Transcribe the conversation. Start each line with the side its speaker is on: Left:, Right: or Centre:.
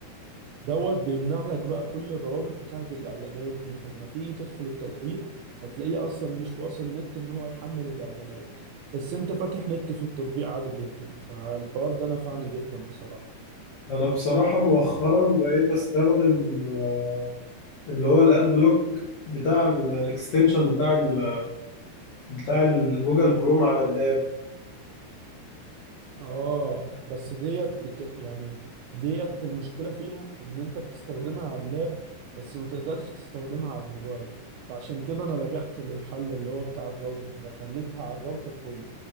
Right: دوت بيمنع لك بقى كل الروابط بتاعه الاعلانات دي فلما تيجي تدخل التطبيق هتلاقيه اصلا مش واصل نت ان هو يحمل الاعلانات بس انت فاتح نت في التطبيق عادي جدا فالحوار ده نفعني جدا بصراحة
Left: انا بصراحه مؤخرا بقيت استخدم آه، اللي هو الاد بلوك بتاع الاكستنشن بتاع ال بتاع جوجل كروم على اللاب
Right: اه بس ديت بت... يعني ديت المشكلة فيها ان انت بتستخدمها على اللاب بس ما تقدرش تستخدمها على الموبايل فعشان كده انا لجأت للحل اللي هو بتاع الراوتر ده خليتها على الراوتر كله